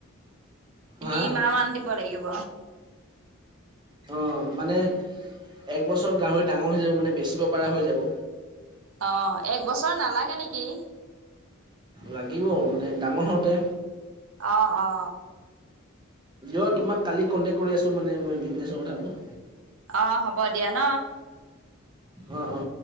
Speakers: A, on the right; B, on the right.
A: তিনি
B: হা
A: মাহ মান দিব লাগিব।
B: অ' মানে এক বছৰত গাহৰি ডাঙৰ হৈ যাব মানে বেচিব পৰা হৈ যাব।
A: অ এক বছৰ নালাগে নেকি?
B: লাগিব, মানে ডাঙৰ হওতে।
A: অ অ
B: দিয় তোমাক কালি কণ্ট্ৰেক্ট কৰি আছো মানে মই বিজনেছৰ কথাটো।
A: অ' হ'ব দিয়া ন।
B: অ' অ